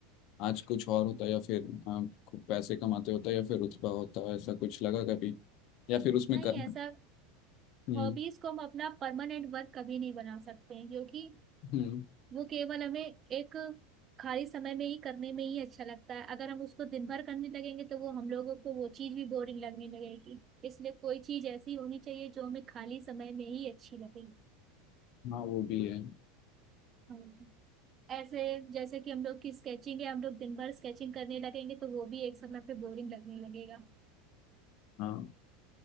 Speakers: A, on the left; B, on the right.
A: आज कुछ और होता या फिर अ, खूब पैसे कमाते होता या फिर रुतबा होता ऐसा कुछ लगा कभी या फिर उसमें
B: नहीं
A: कर
B: ऐसा
A: हम्म
B: हॉबीज को हम अपना परमानेंट वर्क कभी नहीं बना सकते हैं क्योंकि
A: हम्म
B: वो केवल हमें एक खाली समय में ही करने में ही अच्छा लगता है अगर हम उसको दिन भर करने लगेंगे तो वो हम लोगों को वो चीज भी बोरिंग लगने लगेगी इसलिए कोई चीज ऐसी होनी चाहिए जो हमें खाली समय में ही अच्छी लगे
A: हाँ वो भी है
B: हम्म। ऐसे जैसे कि हम लोग की स्केचिंग है हम लोग दिन भर स्केचिंग करने लगेंगे तो वो भी एक समय पे बोरिंग लगने लगेगा
A: हाँ